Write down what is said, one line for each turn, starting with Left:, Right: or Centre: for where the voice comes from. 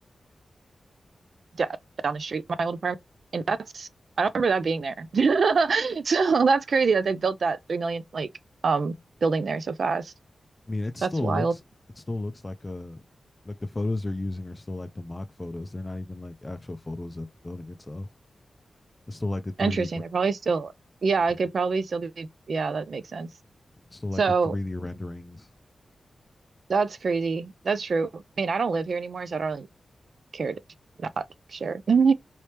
Right: da down the street from my old apartment. And that's, I don't remember that being there. <laughs> So that's crazy that they built that three million, like, um, building there so fast.
Left: I mean, it still
Right: That's wild.
Left: looks it still looks like a like the photos they're using are still like the mock photos. They're not even like actual photos of the building itself. It's still like the
Right: Interesting.
Left: 3D re-
Right: They're probably still, yeah,
Left: yeah.
Right: it could probably still be, yeah, that makes sense.
Left: it's still like
Right: So
Left: the 3D renderings.
Right: that's crazy. That's true. I mean, I don't live here anymore, so I don't really care to not share. <laughs> I'm